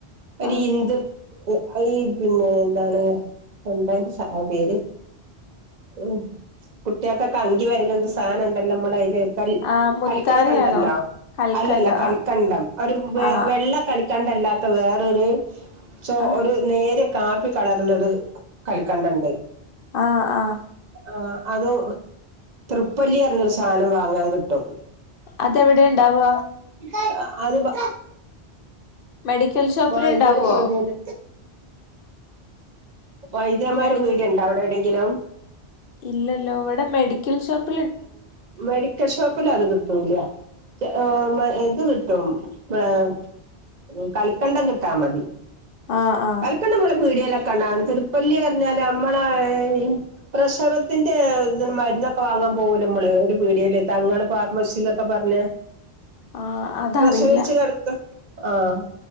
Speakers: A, on the right; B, on the left.
A: ഒരു
B: ആഹ്
A: ഇന്ദ് ഈ പിന്നെ എന്താണ് എന്താ ശ അതിന്റെ പേര്. ഉ കുട്ടിയക്കക്കെ അങ്കി വരണണ്ട് സാന ഉണ്ടല്ലോമ്മള അയില് കൽ,
B: ആഹ് മുത്താറിയാണോ
A: കൽക്കണ്ട ഉണ്ടല്ലോ
B: കൽക്കണ്ടം
A: അല്ലല്ല കൽക്കണ്ടം
B: ആഹ്
A: ആ ഒരു
B: ആഹ്
A: വെള്ള കൽ കണ്ടല്ലാത്ത വേറൊരു ചോ
B: ആഹ്
A: ഒരു നേരി കാപ്പി കളറ്ലൊരു ക് കൽക്കണ്ടണ്ട്
B: ആഹ് ആഹ്
A: ആഹ് അതൊ തൃപ്പല്ല്യർഞ്ഞൊര് സാധനം വാങ്ങാൻ കിട്ടും
B: അതെവ്ടെണ്ടാവ
A: ആഹ് അത് ബാ
B: മെഡിക്കൽ ഷോപ്പിൽ
A: വൈദ്യരെ
B: ഇണ്ടാവോ
A: പീട്യെല് വൈദ്യന്മാരെ
B: മെഡി
A: പീട്യാണ്ടോ അവ്ടെവ്ടെങ്കിലും
B: ഇല്ലല്ലോ ഇവ്ടെ മെഡിക്കൽ ഷോപ്പ്
A: മെഡിക്കൽ ഷോപ്പിലത് കിട്ടൂല്യാ ചെ ആഹ് മ ഇത് കി ട്ടും വേം ഉം കൽക്കണ്ടങ്ക്ട്ടാ മതി
B: ആഹ് ആഹ്
A: ‌ക്കെനമ്മള് പീട്യയ്ല‌ക്കെണ്ടാവും തിർപ്പല്ല്യർഞ്ഞാല്മ്മളെ ഏഹ് പ്രസവത്ത്ന്റെ ന്താ മര്ന്നക്കെ വാങ്ങാൻ പോവല്ലൊമ്മള് ഒര് പീട്യല് തങ്ങള് ഫാർമസിന്നക്കെ പറഞ്ഞ
B: ആഹ് അതറിയില്ല
A: പ്രസവ്ച്ച് കെടക്ക്വാ ആഹ്